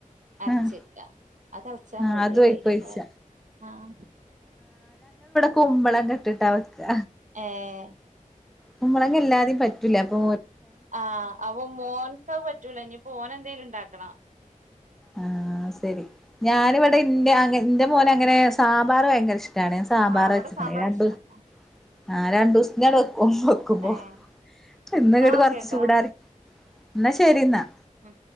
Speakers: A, on the right; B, in the centre.
A: അരച്ച്
B: ആഹ്
A: അത് അടച്ചാ
B: ആഹ്
A: മോരുകറിയായി
B: അതും അയ്ക്കൊഴിച്ച
A: ഞങ്ങള് ആഹ
B: കുമ്പളം കെട്ടിട്ട വെക്കുക
A: യേ
B: കുമ്പളഞ്ഞ ഇല്ലാതെയും പറ്റൂല അപ്പോ
A: ആഹ് അപ്പൊ മോൻക്ക് അത് പറ്റൂല ഇനി പോ ഓന് എന്തെലും ണ്ടാക്കണം
B: ആ ശരി ഞാനിവിടെ ഇന്റെ അ ഇന്റെ മോനെ അങ്ങനെ സാമ്പാർ ഭയങ്കര ഇഷ് റ്റണേ സാമ്പാർ
A: ആഹ് ഇവിടെ
B: വെച്ചക്കണ്
A: സാമ്പാറാ
B: ഈ രണ്ടും
A: ഇഷ്ടം
B: ആ രണ്ട് ദിവസനടു ഓ വക്കുമ്പോ
A: ഏഹ്
B: എന്ന്
A: എന്നാ
B: കേട്
A: ഓക്കേട്ടോ
B: കൊറച്ച് ചൂടാറി എന്ന ശരിന്നാ
A: മ്